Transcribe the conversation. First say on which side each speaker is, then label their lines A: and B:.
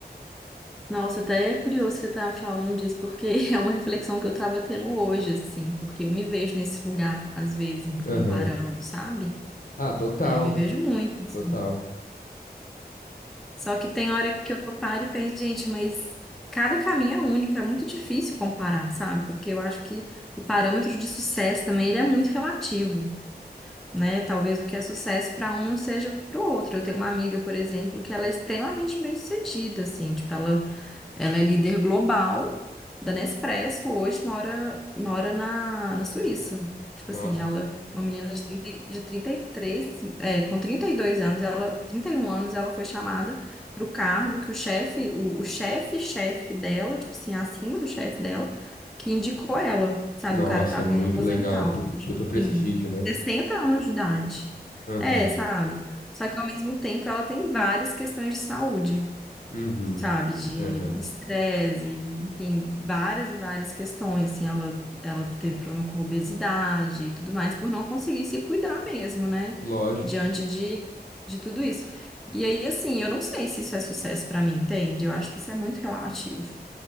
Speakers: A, in the centre; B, on the left.
A: Nossa, até é curioso você estar falando disso, porque <laughs> é uma reflexão que eu estava tendo hoje, assim, porque eu me vejo nesse lugar, às vezes, me comparando,
B: Aham.
A: sabe?
B: Ah, total,
A: É, me vejo muito, assim,
B: total.
A: Só que tem hora que eu paro e penso, gente, mas cada caminho é único, é muito difícil comparar, sabe? Porque eu acho que o parâmetro de sucesso também ele é muito relativo, né? Talvez o que é sucesso para um seja para o outro. Eu tenho uma amiga, por exemplo, que ela é extremamente bem-sucedida, assim, tipo, ela ela é líder global da Nespresso, hoje mora, mora na, na Suíça. Tipo
B: Nossa.
A: assim, ela, é uma menina de 30, de 33, é, com 32 anos, ela, 31 anos, ela foi chamada para o cargo que o chefe, o, o chefe, chefe dela, tipo assim, acima do chefe dela, que indicou ela, sabe?
B: Nossa,
A: O cara tava
B: muito
A: vindo aposentar,
B: legal. Pu-
A: o cara, tipo
B: Puta prestígio,
A: assim,
B: né?
A: 60 anos de idade.
B: Aham.
A: É, sabe? Só que ao mesmo tempo ela tem várias questões de saúde
B: Uhum.
A: sabe, de
B: Aham.
A: de estresse, enfim, várias e várias questões, assim, ela, ela teve problema com obesidade e tudo mais, por não conseguir se cuidar mesmo, né,
B: Lógico.
A: diante de, de tudo isso. E aí, assim, eu não sei se isso é sucesso pra mim, entende? Eu acho que isso é muito relativo,